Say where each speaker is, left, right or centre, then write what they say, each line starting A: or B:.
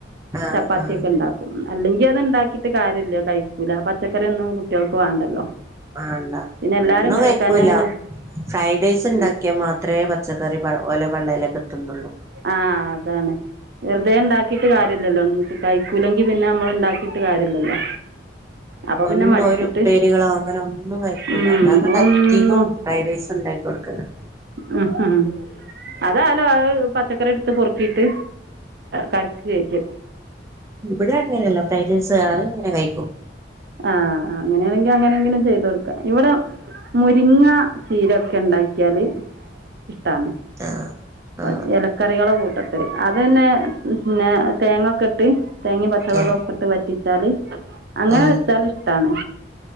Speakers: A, on the right; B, on the right.
A: ആ
B: ചപ്പാത്തിയെക്കെ
A: ആ
B: ഇണ്ടാക്കും അല്ലെങ്കി അത് ഉണ്ടാക്കിട്ട് കാര്യല്ല കഴിക്കൂല പച്ചക്കറിയൊന്നും കുട്ട്യൾക്ക് വേണ്ടല്ലോ
A: വേണ്ടാ
B: പിന്നെ എല്ലാരും
A: ഒന്നും
B: കഴിക്കാഞ്ഞാ
A: കഴിക്കൂല
B: പിന്നെ
A: ഫ്രൈഡ് റൈസ് ഉണ്ടാക്കിയാൽ
B: ആ
A: മാത്രേ പച്ചക്കറി പ ഓലെ പള്ളേലേക്ക് എത്തുന്നുള്ളൂ
B: ആഹ് അതാണ് വെറുതെ ഇണ്ടാക്കിട്ട് കാര്യല്ലല്ലോ ഉൻ കയിക്കൂലങ്കി പിന്നെ അമ്മള് ഇണ്ടാക്കീട്ട് കാര്യല്ലല്ലോ അപ്പൊ
A: ഒന്നും
B: പിന്നെ മടിച്ചിട്ട്
A: ഒരു ഉപ്പേരികളോ അങ്ങനെ ഒന്നും കയ്ക്കൂല
B: ഉം
A: ഞാൻ എന്നിട്ട്
B: ഒന്നും
A: അധികോം ഫ്രൈഡ് റൈസ് ഉണ്ടാക്കി കൊടുക്കലാ
B: മ്ഹ് ഹ് അതാലോ അത് പച്ചക്കറി എടുത്ത് പൊറുക്കീട്ട് കറിക്കു കഴിക്കും
A: ഇവിടെ അങ്ങനെയല്ല ഫ്രൈഡ്റൈസ് അത് അങ്ങനെ കഴിക്കും
B: ആഹ് ആഹ് അങ്ങനെയാണെങ്കിൽ അങ്ങനയെങ്കിലും ചെയ്ത് കൊടുക്കാം ഇവിട മുരിങ്ങാ ചീരൊക്കെണ്ടാക്കിയാല് ഇഷ്ടാണ്
A: ആ
B: പ
A: ആ
B: ഇലക്കറികള് കൂ <unintelligible> അതന്നെ പിന്നെ തേങ്ങൊക്കെ ഇട്ട് തേങ്ങയും പച്ചമൊളകൊക്കെ
A: ആ
B: ഇട്ട് വ റ്റിച്ചാല് അങ്ങനെ
A: ആ
B: വെച്ചാല് ഇഷ്ടാണ്